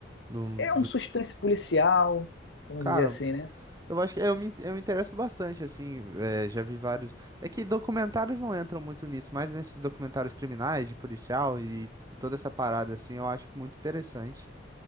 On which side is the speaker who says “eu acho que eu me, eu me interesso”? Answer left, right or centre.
Right